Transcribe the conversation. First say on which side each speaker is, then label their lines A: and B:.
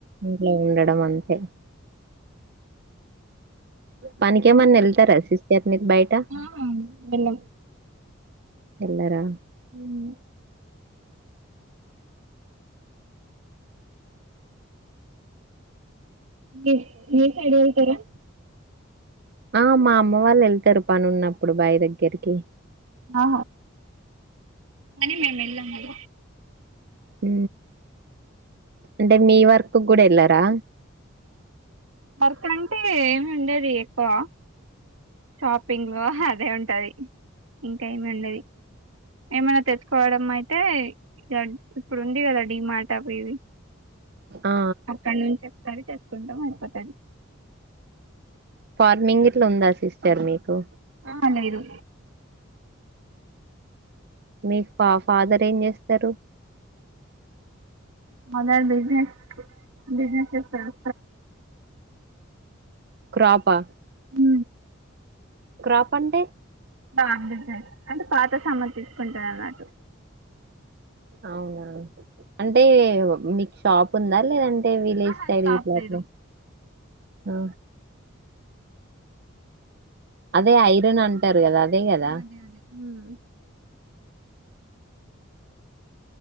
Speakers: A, on the right (about 55°); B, on the right (about 85°).
A: ఇంట్ల ఉండడం అంతే పనికినికి
B: ఎండలట
A: ఏమంది వెళ్తారా శిస్ ఆత్మ బయట
B: ఆ వెళ్ళం
A: ఎల్లారా
B: అవును మీ మీర్ సైడ్ వెళ్తారా
A: ఆ మా అమ్మ వాళ్ళు వెళ్తారు పని ఉన్నప్పుడు బాయి దగ్గరికి
B: ఆ మని మేమ్ ఎలమగ
A: హ అంటే మీ వర్కు కూడా వెళ్ళారా
B: వర్క్ అంటే ఏమి ఉండది ఎక్కువ షాపింగ్ లో అదే ఉంటది ఇంకా ఏమి ఉండది ఏమనా తెచ్చుకోవడం అయితే ఇ ఇప్పుడు ఉంది కదా డిమార్ట్ కి అవి ఇవి
A: ఆ
B: అక్కడ నుంచి ఒకసారి చె కుంటం అయిపోతది
A: ఫార్మింగ్ ఇట్లా ఉందా సిస్టర్ మీకు
B: ఆ లేదు
A: మీ ఫ ఫాదర్ ఏం చేస్తారు
B: ఫాదర్ బిజినెస్ బిజినెస్ చేస్తాడు
A: క్రాపా
B: హ
A: క్రాప్ అంటే
B: బా అంటే పాతమ్మతి తీసుకుంటారు అన్నటు
A: అవునా అంటే మీకు షాప్ ఉందా లేదంటే విలేజ్
B: ఆహా
A: రైలింగ్
B: షాప్
A: క్లాత్
B: లేదు
A: అ అదే ఐరన్ అంటారు కదా అదే కదా
B: ఆ అదే అదే హమ్